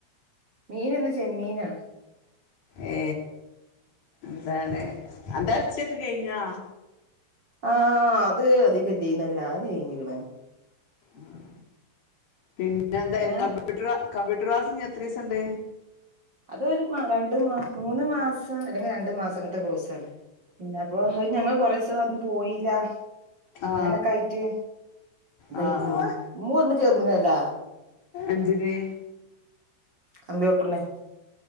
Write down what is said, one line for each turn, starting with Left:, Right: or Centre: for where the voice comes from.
Right: മീൻന്ന് ചെമ്മീനാണ്
Left: ഏ എന്താണ് എന്ത അരച്ചൊക്കെ കഴിഞ്ഞാ
Right: ആഹ് അത് അധികല്ലന്നല്ല കഴഞ്ഞിക്കണ്
Left: ആ പിൻ ന്ന എന്താ
Right: ഏഹ്
Left: കമ്പ്യൂട്ടർ ആ കമ്പ്യൂട്ടർ ക്ലാസ് എത്രീസണ്ടേ
Right: അതൊരു രണ്ട് മൂന്ന് മാസം അല്ലെങ്കിൽ രണ്ട മാസം അങ്ങനത്തെ കോഴ്സ ആണ് പിന്നെ അപ്പൊ ഞങ്ങള് കൊറേ സം അതും പോയില്ല
Left: ആ
Right: അങ്ങനൊക്കെ ആയിട്ട് ദയിക്കണ്
Left: ആ ആ
Right: മൂ ഒന്ന് ചേർന്നല്ലാ
Left: എന്തിന്
Right: കമ്പ്യൂട്ടറിന്